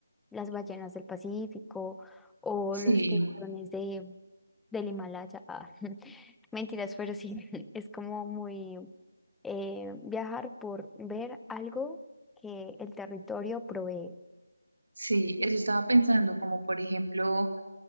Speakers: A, in the centre; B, on the right (about 70°).
A: las ballenas del Pacífico o
B: Sí,
A: los tiburones de, del Himalaya. Ah, <laughs> mentiras, pero sí, <laughs> es como muy eh, viajar por ver algo que el territorio provee.
B: sí, eso estaba pensando, como por ejemplo,